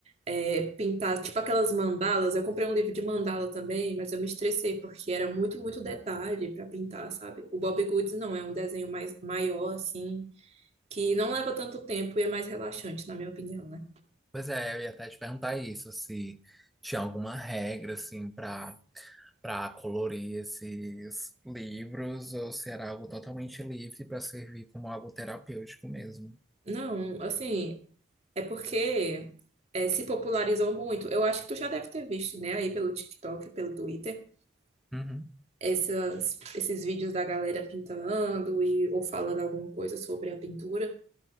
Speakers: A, on the right; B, in the centre.
A: é, pintar. Tipo aquelas mandalas. Eu comprei um livro de mandala também, mas eu me estressei porque era muito, muito detalhe para pintar, sabe? O Bob Goods não, é um desenho mais maior, assim, que não leva tanto tempo e é mais relaxante, na minha opinião, né?
B: Pois é, eu ia até te perguntar isso, se tinha alguma regra, assim, para para colorir esses livros, ou se era algo totalmente livre para servir como algo terapêutico mesmo.
A: Não, assim, É porque é, se popularizou muito. Eu acho que tu já deve ter visto, né, aí pelo TikTok, pelo Twitter,
B: Uhum.
A: essas, esses vídeos da galera pintando e, ou falando alguma coisa sobre a pintura,